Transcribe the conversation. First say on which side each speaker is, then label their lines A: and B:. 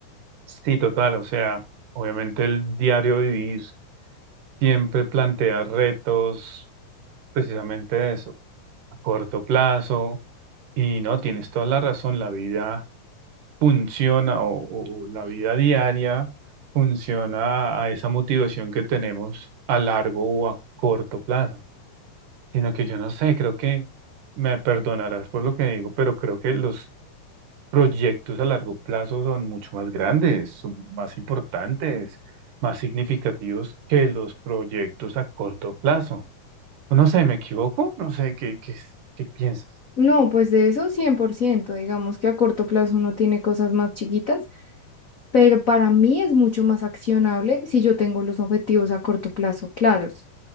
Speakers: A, on the right (about 75°); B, on the left (about 65°).
A: Sí, total, o sea, obviamente el diario vivir siempre plantea retos, precisamente de eso, a corto plazo, y no, tienes toda la razón, la vida funciona o, o- o la vida diaria funciona a esa motivación que tenemos a largo o a corto plazo, sino que yo no sé, creo que me perdonarás por lo que digo, pero creo que los proyectos a largo plazo son mucho más grandes, son más importantes, más significativos que los proyectos a corto plazo. No sé, ¿me equivoco? No sé, ¿qué, qué, qué piensas?
B: No, pues de eso 100%. digamos que a corto plazo uno tiene cosas más chiquitas, pero para mí es mucho más accionable si yo tengo los objetivos a corto plazo claros.